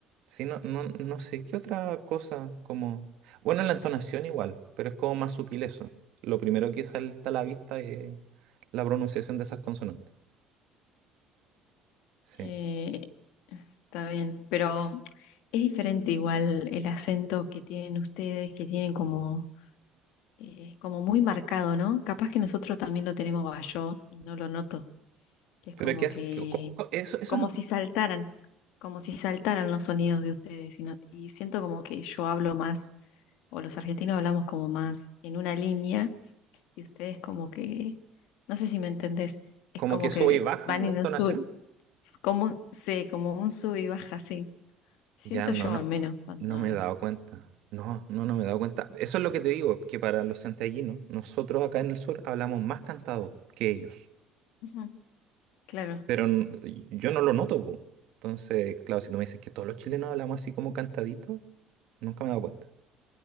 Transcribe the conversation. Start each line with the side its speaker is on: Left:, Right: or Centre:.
Right: Sí, no, no, no sé, ¿qué otra cosa como... Bueno, la entonación igual, pero es como más sutil eso. Lo primero que salta a la vista es la pronunciación de esas consonantes. Sí.
Left: Eh, está bien, pero es diferente igual el acento que tienen ustedes, que tienen como, eh, como muy marcado, ¿no? Capaz que nosotros también lo tenemos, va, yo y no lo noto, que es
Right: Pero
Left: como
Right: ¿qué has...
Left: que,
Right: qué- co- co- eso, eso
Left: como
Right: no
Left: si saltaran, como si saltaran los sonidos de ustedes, y, no- y siento como que yo hablo más, o los argentinos hablamos como más en una línea y ustedes como que, no sé si me entendés, es
Right: Como
Left: como
Right: que
Left: que
Right: sube y baja
Left: van
Right: la
Left: en
Right: entonación.
Left: un sub, s- como, sé, como un sub y baja, sí. Siento
Right: Ya no,
Left: yo
Right: no,
Left: al menos cuando...
Right: no me he dado cuenta. No, no, no me he dado cuenta. Eso es lo que te digo, que para los santiaguinos, nosotros acá en el sur hablamos más cantado que ellos.
Left: Ujú, Claro.
Right: Pero n- yo no lo noto, po. Entonces, claro, si tú me dices que todos los chilenos hablamos así como cantadito, nunca me he dado cuenta.